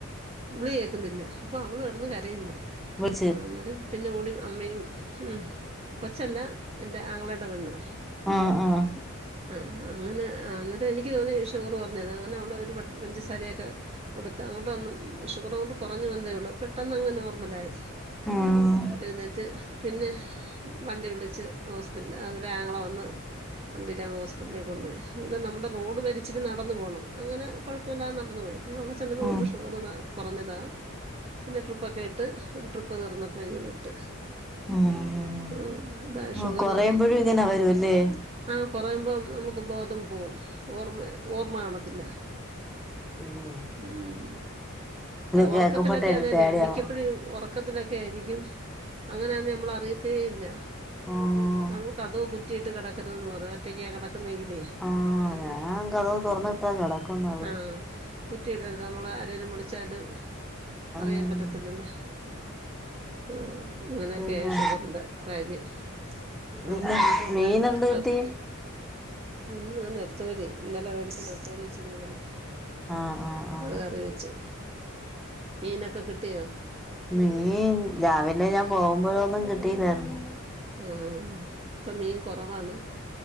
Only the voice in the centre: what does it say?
വിളിച്ച്
ആഹ് ആഹ്
ആഹ്
ആഹ്
ആഹ്
ഓഹ് കൊറയുമ്പഴും ഇങ്ങനെ വരുവല്ലേ
അയ്യോ
കേക്കുമ്പട്ടെ
ഒരു
പേടിയാവും
ആഹ്
ആഹ് ഞാൻ കതവ് തുറന്നിട്ടാ കിടക്കുന്നത്
ആഹ്
പിന്നെ
പിന്നെ
മീൻ എന്ത് കിട്ടി
ആഹ് ആഹ് ആഹ്
മീൻ രാവില ഞാൻ പോകുമ്പോഴൊന്നും കിട്ടില്ലായിരുന്നു